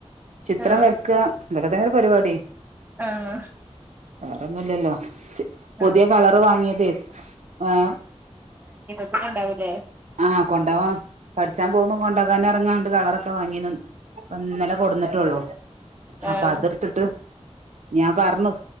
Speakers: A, on the right; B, on the right.
A: ചിത്രം
B: ആഹ്
A: വരക്കാ ഇതൊക്കെ തന്നെ അല്ലെ പരിപാടി
B: ആഹ്
A: വേറൊന്നുംല്ലല്ലോ പുതിയ
B: ആഹ്
A: കളർ വാങ്ങിയത് ഏഹ്
B: മഴ ഉണ്ടാവൂലേ
A: ആഹ് കൊണ്ടാവാം പഠിച്ചാൻ പോകുമ്പോ പോണ്ടകാന ഇറങ്ങാണ്ട് കളറൊക്കെ വാങ്ങിന്ന് ഇന്നലെ കൊടുന്നിട്ടള്ളു
B: ആഹ്
A: അപ്പൊ അതെടുത്തിട്ട് ഞാൻ പറഞ്ഞു